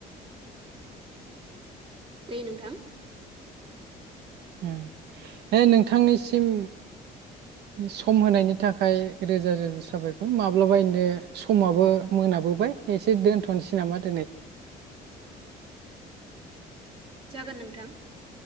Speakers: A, on the right; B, on the right.
A: जायो नोंथां।
B: उम नोंथांनिसिम सम होनायनि थाखाय रोजा रोजा साबायखर माब्लाबायैनो समाबो मोनाबोबाय एसे दोनथ'नोसै नामा दिनै
A: जागोन नोंथां।